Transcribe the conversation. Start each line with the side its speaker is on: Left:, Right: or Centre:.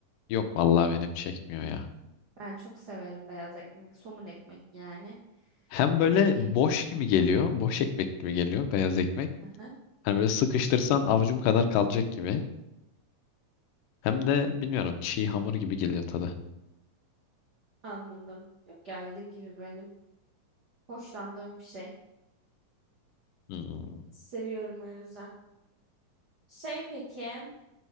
Left: Yok vallahi benim çekmiyor ya.
Right: Ben çok severim beyaz ekmek, somun ekmek yani.
Left: Hem böyle
Right: Hani
Left: boş gibi geliyor. Boş ekmek gibi geliyor. Beyaz ekmek.
Right: aha,
Left: Hani böyle sıkıştırsan avucum kadar kalacak gibi. Hem de bilmiyorum çiğ hamur gibi geliyor tadı.
Right: anladım. Yok ya dediğim gibi benim hoşlandığım bir şey.
Left: Hmm.
Right: Seviyorum o yüzden. Şey peki